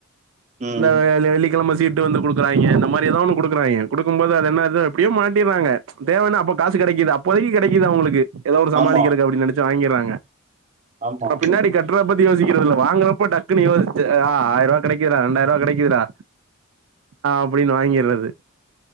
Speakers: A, on the right (about 35°); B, on the right (about 70°).
A: ம்.
B: இந்த வெள்ளிக்கெழம சீட்டு வந்து குடுக்குறாங்க இந்த மாரி ஏதா ஒன்னு கொடுக்குறாய்ங்க கொடுக்கும்போது அது என்ன அது அப்டியோ மா ட்டிறாங்க தேவன்னு அப்ப காசு கெடைக்குது அப்போதைக்கு கெடைக்குது அவங்களுக்கு ஏதோ ஒரு சமாளிக்கிறக்கு
A: ஆமா,
B: அப்டினு நெனச் சு வாங்கிறாங்க
A: ஆமா.
B: அ பின்னாடி கட் ட்ற பத்தி யோசிக்கிறது இல்ல வாங்கிறப்ப டக்குனு யோசிச்சு ஆ ஆயிர ரூபா கெடைக்குதுடா ரெண்டாயிரூபா கெடைக்குதுடா ஆ அப்டின்னு வாங்கிடுறது